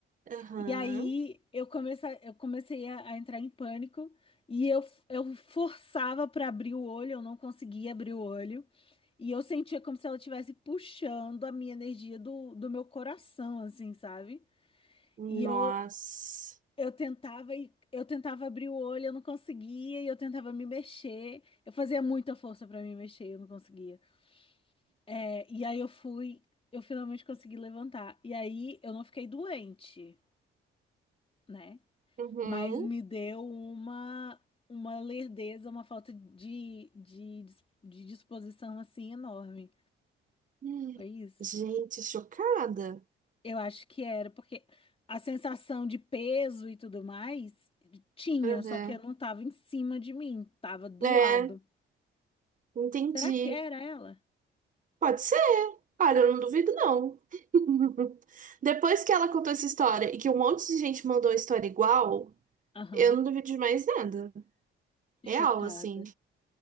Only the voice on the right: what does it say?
Aham.
Nossa.
Uhum.
Hum.
Gente, chocada.
Uhum.
É,
entendi.
Pode ser. Olha, eu não duvido, não. <laughs> Depois que ela contou essa história e que um monte de gente mandou a história igual,
Eu não duvido de mais nada.
Real, assim.